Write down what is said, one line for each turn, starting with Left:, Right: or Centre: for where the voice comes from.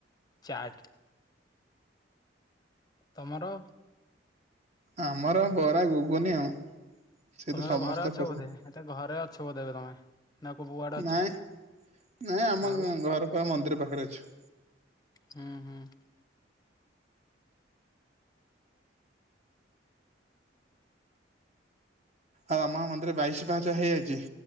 Left: ଚାଟ୍। ତମର?
Right: ଆମର ବରା, ଗୁଗୁନି ଆଉ। ସେ
Left: ତମେ
Right: ତ ସମସ୍ତ
Left: ଏବେ ଘରେ ଅଛ
Right: ପସନ୍ଦ
Left: ବୋଧେ, ଏତ ଘରେ ଅଛ ବୋଧେ ଏବେ ତମେ ନା କୋଉ କୁଆଡେ ଅଛ?
Right: ନାଇଁ ନାଇଁ ଆମ
Left: ଆଉ
Right: <unintelligible> ଘର ମନ୍ଦିର ପାଖରେ ଅଛୁ।
Left: ହୁଁ ହୁଁ।
Right: ଆଉ ଆମ ମନ୍ଦିରେ ବାଇଶି ପାହାଚ ହେଇଯାଇଛି।